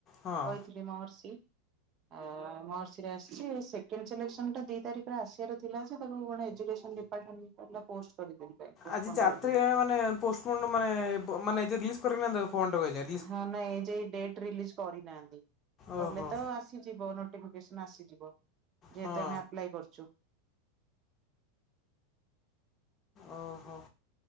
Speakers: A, on the left; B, on the right.
A: ହଁ
B: କହିଥିଲି ମହର୍ଷି ଆ ମୋର ମହର୍ଷି ଆସିଛି ସେଣ୍ଡିଲସନ ଟା ଦି ତାରିଖ ପୁରା ଆସିବାର ଥିଲା ଯେ ତାକୁ କଣ ଏଜୁକେସନ ଡିପାର୍ଟମେଣ୍ଟ ପୋଷ୍ଟ କରିଦେଲେ ପୋଷ୍ଟପୋନ
A: ଆଜି ଚାର୍ରୀ
B: କରିଦେଲେ
A: ମାନେ ପୋଷ୍ଟମ ମାନେ ମାନେ ରିଲିଜ କରହା ଫୋନ ଟା କହି <inaudible>
B: ହଁ ନାଇଁ ଏ ଯ ଡେଟ ରିଲିଜ କରିନାହାନ୍ତି
A: ଓହୋ
B: କଲେ ତ ଆସିଯିବ ନୋଟିଫିକେସନ ଆସିଯିବ ଯେହେତୁ
A: ହଁ
B: ଆମେ ଆପ୍ଲାଇ କରୁଛୁ
A: ଓହୋ